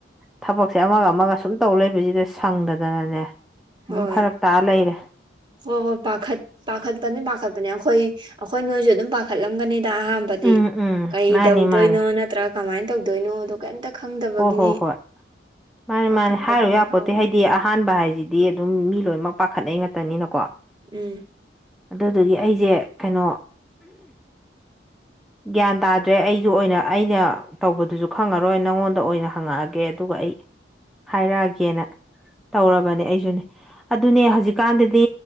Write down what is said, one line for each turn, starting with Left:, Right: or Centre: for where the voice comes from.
Centre: ꯊꯕꯛꯁꯦ ꯑꯃꯒ ꯑꯃꯒ ꯁꯨꯝ ꯇꯧ ꯂꯩꯕꯁꯤꯗ ꯁꯪꯗꯗꯅꯅꯦ
Right: ꯍꯣꯏ
Centre: ꯑꯗꯨꯝ ꯐꯔꯛ ꯇꯥ ꯂꯩꯔꯦ
Right: ꯍꯣ ꯍꯣ ꯄꯥꯈꯠ ꯄꯥꯈꯠ ꯄꯅꯤ ꯄꯥꯈꯠꯄꯅꯦ ꯑꯩꯈꯣꯏ ꯑꯩꯈꯣꯏ ꯅꯣꯏꯁꯨ ꯑꯗꯨꯝ ꯄꯥꯈꯠꯂꯝꯒꯅꯤ ꯗ ꯑꯍꯥꯟꯕꯗꯤ
Centre: ꯎꯝ ꯎꯝ
Right: ꯀꯩ
Centre: ꯃꯥꯅꯤ
Right: ꯇꯧꯗꯣꯏꯅꯣ
Centre: ꯃꯥꯅꯤ
Right: ꯅꯠꯇ꯭ꯔꯒ ꯀꯃꯥꯏꯅ ꯇꯧꯗꯣꯏꯅꯣ ꯀꯩꯝꯇ ꯈꯪꯗꯕꯒꯤꯅꯤ
Centre: ꯍꯣꯏ ꯍꯣꯏ ꯍꯣꯏ ꯃꯥꯅꯤ
Right: ꯄꯥꯈꯠꯄꯗꯤ
Centre: ꯃꯥꯅꯤ ꯍꯥꯏꯔꯨ
Right: ꯑꯗꯨꯝ
Centre: ꯌꯥꯄꯣꯠꯇꯦ
Right: ꯐꯥꯎꯕꯅꯤ
Centre: ꯍꯥꯏꯗꯤ ꯑꯍꯥꯟꯕ ꯍꯥꯏꯁꯤꯗꯤ ꯑꯗꯨꯝ ꯃꯤ ꯂꯣꯏꯅꯃꯛ ꯄꯥꯈꯠꯅꯩ ꯉꯥꯛꯇꯅꯤꯅꯀꯣ
Right: ꯎꯝ
Centre: ꯑꯗꯨꯗꯨꯒꯤ ꯑꯩꯁꯦ ꯀꯩꯅꯣ ꯒ꯭ꯌꯥꯟ ꯇꯥꯗ꯭ꯔꯦ ꯑꯩꯁꯨ ꯑꯣꯏꯅ ꯑꯩꯅ ꯇꯧꯕꯗꯨꯁꯨ ꯈꯪꯉꯔꯣꯏ ꯅꯪꯉꯣꯟꯗ ꯑꯣꯏꯅ ꯍꯪꯉꯛꯑꯒꯦ ꯑꯗꯨꯒ ꯑꯩ ꯍꯥꯏꯔꯛꯑꯒꯦꯅ ꯇꯧꯔꯕꯅꯦ ꯑꯩꯁꯨꯅꯦ ꯑꯗꯨꯅꯦ ꯍꯧꯖꯤꯛꯀꯥꯟꯗꯗꯤ